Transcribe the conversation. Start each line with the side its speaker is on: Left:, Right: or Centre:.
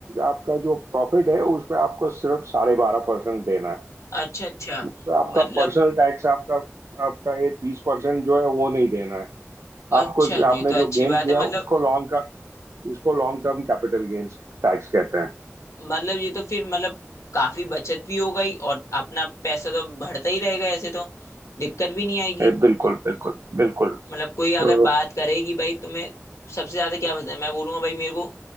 Right: आपका जो प्रॉफिट है उसपे आपको सिर्फ साढ़े बारह परसेंट देना है
Left: अच्छा अच्छा
Right: उसपे आपका
Left: मतलब
Right: पर्सनल टैक्स आपका आपका ये तीस परसेंट जो है वो नहीं देना है आपको
Left: अच्छा
Right: आपने
Left: ये तो अच्छी
Right: जो गेन
Left: बात
Right: किया
Left: है मतलब
Right: उसको लॉन्ग का उसको long term capital gains tax कहते हैं
Left: मतलब ये तो फिर मतलब काफी बचत भी हो गई और अपना पैसा तो बढ़ता ही रहेगा ऐसे तो दिक्कत भी नहीं आएगी
Right: ए, बिल्कुल बिल्कुल बिल्कुल
Left: मतलब कोई अगर
Right: अ,
Left: बात करे कि भाई तुम्हें सबसे ज्यादा क्या पसंद है मैं बोलूंगा भाई मेरे को